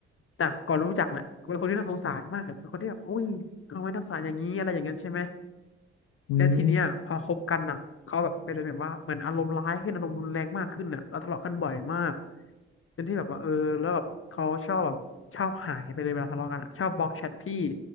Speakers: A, on the left; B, on the left.
A: จากก่อนรู้จักเนี่ยเป็นคนที่น่าสงสารมากอะเป็นคนที่แบบอุ้ยทำไมน่าสงสารอย่างนี้อะไรอย่างนั้นใช่ไหม
B: อืม
A: และทีเนี้ยพอคบกันอ่ะเขาแบบเป็นแบบว่าเหมือนอารมณ์ร้ายขึ้นอารมณ์รุนแรงมากขึ้นอ่ะแล้วทะเลาะกันบ่อยมากเป็นที่แบบว่าเออแล้วแบบเขาชอบแบบชอบหายไปเลยเวลาทะเลาะกันอะชอบบล็อกแชทพี่